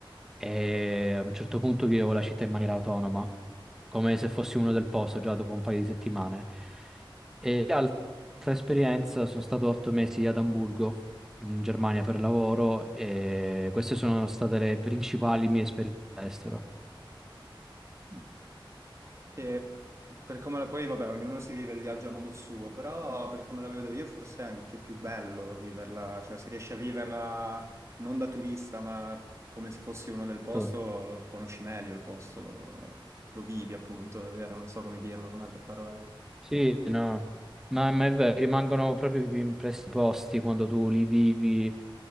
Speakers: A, in the centre; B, on the right.
A: e a un certo punto vivevo la città in maniera autonoma, come se fossi uno del posto già dopo un paio di settimane. E l'altra esperienza sono stato otto mesi ad Amburgo in Germania per lavoro e queste sono state le principali mie esperienze all'estero.
B: Mm. Che per come la poi, vabbè, ognuno si vive il viaggio a modo suo, però per come la vedo io forse è anche più bello viverla, cioè se riesci a viverla non da turista, ma come se fossi uno del posto,
A: Tu?
B: lo conosci meglio il posto, lo, lo vivi appunto, è vero, non so come dirlo con altre parole.
A: Sì, no, ma, ma è vero, rimangono proprio più impressi i posti quando tu li vivi,